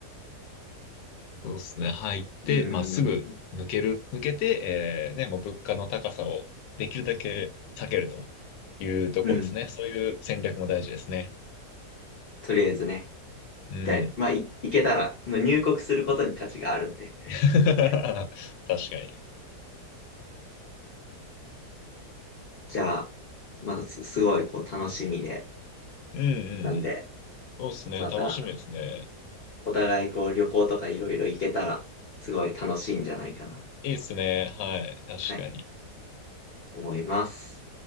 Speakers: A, on the left (about 80°); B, on the left (about 50°).
A: そうですね。入って、
B: うん、
A: まあ、すぐ抜ける、抜けて、えーね、もう物価の高さをできるだけ避けるというところですね。
B: うん、
A: そういう戦略も大事ですね。
B: とりあえずね。
A: うん。
B: で、まあ、い行けたら、入国することに価値があるんで。
A: <laughs> 確
B: はい
A: かに。
B: じゃあ、まあ、す、すごいこう楽しみで、
A: うんうんうん。
B: なんで、
A: そうっすね。
B: また
A: 楽しみですね。
B: お互いこう旅行とかいろいろ行けたら、すごい楽しいんじゃないかな、
A: いいっすね。はい。確かに。
B: はい、思います。